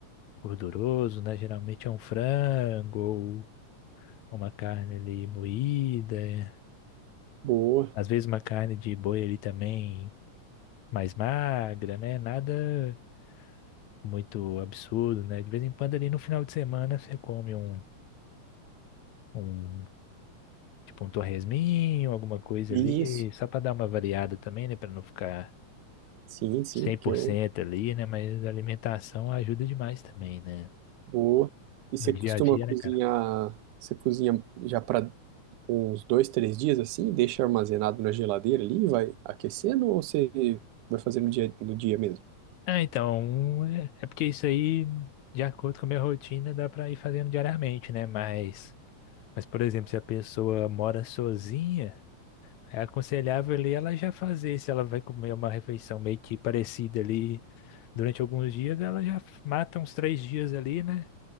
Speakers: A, on the left (about 70°); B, on the right (about 85°).
A: gorduroso, né? Geralmente é um frango ou uma carne ali moída.
B: Boa.
A: Às vezes uma carne de boi ali também mais magra, né? Nada muito absurdo, né? De vez em quando ali no final de semana você come um, um tipo um torresminho, alguma coisa
B: Isso.
A: ali, só para dar uma variada também, né? Para não ficar
B: Sim, sim,
A: cem
B: porque
A: por
B: eu
A: cento ali, né? Mas a alimentação ajuda demais também, né?
B: boa. E você
A: No dia
B: costuma
A: a dia,
B: cozinhar,
A: né, cara?
B: você cozinha já para uns dois, três dias assim, deixa armazenado na geladeira ali, e vai aquecendo ou você vai fazer no dia, no dia mesmo?
A: Ah, então, um, é é porque isso aí, de acordo com a minha rotina, dá para ir fazendo diariamente, né? Mas, mas, por exemplo, se a pessoa mora sozinha, é aconselhável ali ela já fazer, se ela vai comer uma refeição meio que parecida ali durante alguns dias, ela já mata uns três dias ali, né?